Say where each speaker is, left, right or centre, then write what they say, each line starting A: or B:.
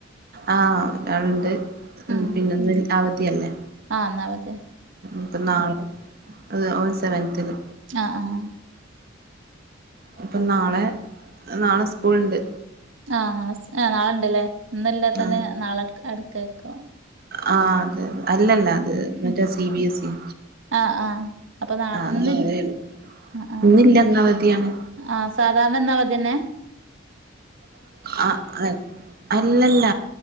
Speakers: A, on the right (about 50°); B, on the right (about 75°).
A: ആഹ് ഒരാളുണ്ട്
B: ഉം
A: പിന്നെന് അവധിയല്ലേ
B: ആഹ് ഇന്ന് അവധിയാണ്
A: ഇപ്പ നാളെ അത് ഓ സെവൻത്തില്
B: ആഹ് ആഹ്
A: പ്പം നാളെ നാളെ സ്കൂൾ ഉണ്ട്
B: ആഹ് നാളെ ആ നാളണ്ടല്ലേ ഇന്ന് ല്ലാതത്തിനു
A: ആഹ്
B: നാളെ എടുക്കായിരിക്കും
A: ആഹ് അതെ അല്ലല്ല അത് മറ്റേ
B: ഉം
A: സി ബി എസ് ഇ
B: ആഹ് ആഹ് അപ്പൊ നാളെ
A: ആഹ്
B: ഇന്നില്ല
A: നാളെണ്
B: ആഹ് ആഹ്
A: ഇന്നില്ല ഇന്ന് അവധിയാണ്
B: ആഹ് സാധാരണ ഇന്ന് അവധിയന്നെ
A: ആഹ് അല്ലല്ല